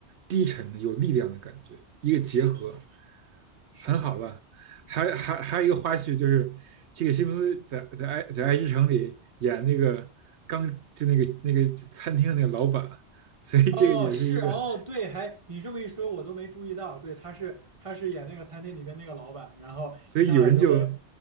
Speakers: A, on the right; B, on the right.
A: 低沉的有力量的感觉，一个结合
B: 是的，是的
A: 很好了。还还还有一个花絮就是这个西蒙斯在在爱在爱之城里演那个刚就那个那个餐厅的那个老板，所以这个也是一个，
B: 哦，是哦，对，还你这么一说，我都没注意到。对，他是他是演那个餐厅里边那个老板，然后一上来就跟，
A: 所以有人就